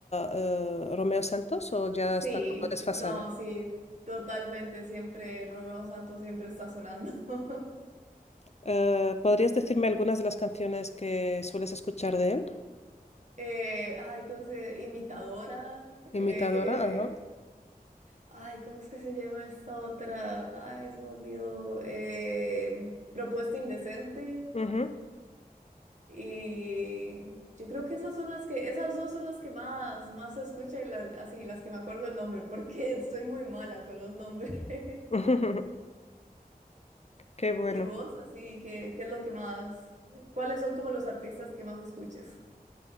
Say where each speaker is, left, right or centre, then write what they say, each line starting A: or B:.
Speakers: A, on the left (about 45°); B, on the right (about 50°).
A: eh, Romeo Santos o ya
B: sí,
A: está como desfasado?
B: no, sí, totalmente, siempre Romeo Santos siempre está sonando. <laughs>
A: Eh, ¿podrías decirme algunas de las canciones que sueles escuchar de él?
B: Eh, ay, ¿cómo se dice? Imitadora.
A: Imitadora,
B: eh,
A: ajá.
B: ay, ¿cómo es que se llama esta otra? Ay, se me olvidó. eh, Propuesta indecente.
A: Ujú.
B: Y yo creo que esas son las que, esas dos son las que más, más se escucha y la- así, las que me acuerdo el nombre, porque <laughs> estoy muy mala con los nombres. <laughs>
A: <laughs> Qué bueno.
B: ¿Y vos, así, qué, qué es lo que más, cuáles son como los artistas que más escuches?